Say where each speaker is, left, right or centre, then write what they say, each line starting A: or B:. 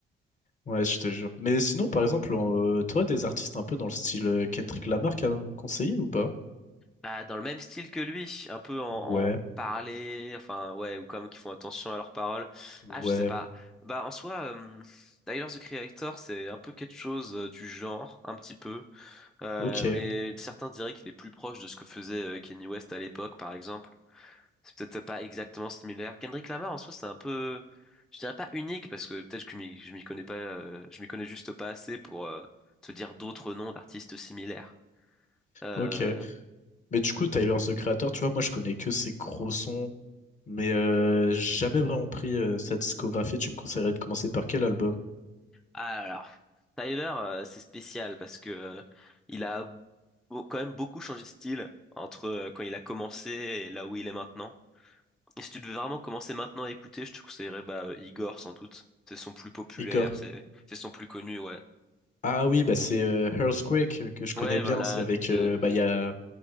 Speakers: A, on the left; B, in the centre.
A: ouais, je te jure. Mais sinon, par exemple, en, euh, toi, des artistes un peu dans le style euh, Kendrick Lamar à me conseiller ou pas?
B: Ah, dans le même style que lui, un peu en,
A: Ouais,
B: en parler, enfin ouais, ou quand même qui font attention à leurs paroles.
A: ouais,
B: Ah, je sais pas. Bah en soi, euh, Tyler, the Creator, c'est un peu quelque chose euh, du genre, un petit peu. Euh,
A: ok,
B: mais certains diraient qu'il est plus proche de ce que faisait euh, Kanye West à l'époque, par exemple. C'est peut-être pas exactement similaire. Kendrick Lamar, en soi, c'est un peu, je dirais pas unique, parce que peut-être que je m'y je m'y connais pas, euh, je m'y connais juste pas assez pour euh, te dire d'autres noms d'artistes similaires. Euh,
A: ok. Mais du coup, Tyler, The Creator, tu vois, moi, je connais que ses gros sons, mais euh, j'ai jamais vraiment pris euh, sa discographie. Tu me conseillerais de commencer par quel album?
B: ah, alors, Tyler, euh, c'est spécial parce que euh, il a beau- quand même beaucoup changé de style entre euh, quand il a commencé et là où il est maintenant. Et si tu devais vraiment commencer maintenant à écouter, je te conseillerais bah, euh, Igor sans doute. C'est son plus populaire,
A: Igor.
B: c'est c'est son plus connu, ouais.
A: Ah oui, bah c'est euh, Earthquake euh, que je connais
B: Ouais,
A: bien.
B: voilà,
A: C'est avec,
B: deux.
A: euh, bah, il y a,